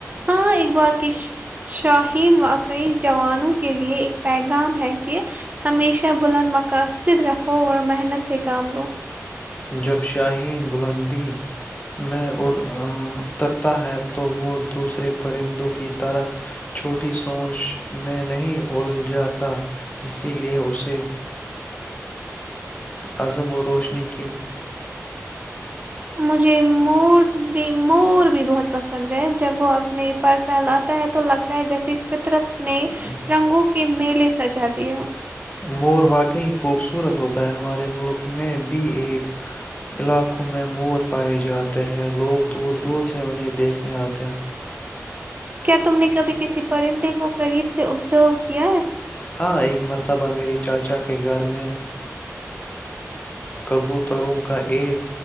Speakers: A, on the right; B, on the left.
A: ہاں اقبال کی شاہین واقعی جوانوں کے لیے ایک پیغام ہے کہ ہمیشہ بلند مقاصد رکھو اور محنت سے کام لو
B: جب شاہین بلندی میں اترتا ہے تو وہ دوسرے پرندوں کی طرف چھوٹی سوچ میں نہیں اول جاتا اسی لیے اسے عزم و روشنی کے
A: مجھے مور بھی مور بھی بہت <unintelligible> پسند ہے جب وہ اپنے پر پھیلاتا ہے تو لگتا ہے جیسے فطرت <unintelligible> نے
B: ہے
A: رنگوں <inaudible> کے میلے سچا دیے ہو <unintelligible>
B: مور واقعی خوبصورت ہوتا ہے ہمارے ملک میں بھی ایک علاقوں میں مور پائے جاتے ہیں لوگ دور دور سے انہیں دیکھنے آتے ہیں <unintelligible>
A: کیا تم نے کبھی کسی پرندے کو قریب سے ابزرو کیا ہے <unintelligible>
B: ہاں ایک مرتبہ میری چاچا کے گھر میں <unintelligible> کبوتروں کا ایک